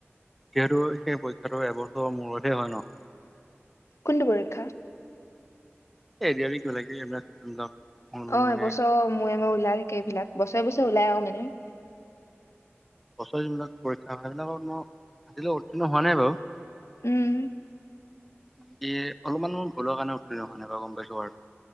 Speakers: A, in the centre; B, on the left.
A: যিহেতু সেই পৰীক্ষাটো এবছৰৰ মূৰতহে হয় ন?
B: কোনতো পৰীক্ষা?
A: এডিআৰই কিবাকিবি এইবিলাক যোনবিলাক উম,
B: অ
A: মানে
B: এবছৰ মূৰে ম ওলাই থাকে এইবিলাক বছৰে বছৰে ওলাই আৰু নে উ <unintelligible>
A: বছৰিবিলাক পৰীক্ষা সেইবিলাকত মই আজিলৈ উত্তীৰ্ণ হোৱা নাই বাৰু <unintelligible>
B: উম
A: বাকী অলপমান মো ভূলৰ কাৰণে উত্তীৰ্ণ হোৱা নাই বাৰু গম পাইছো আৰু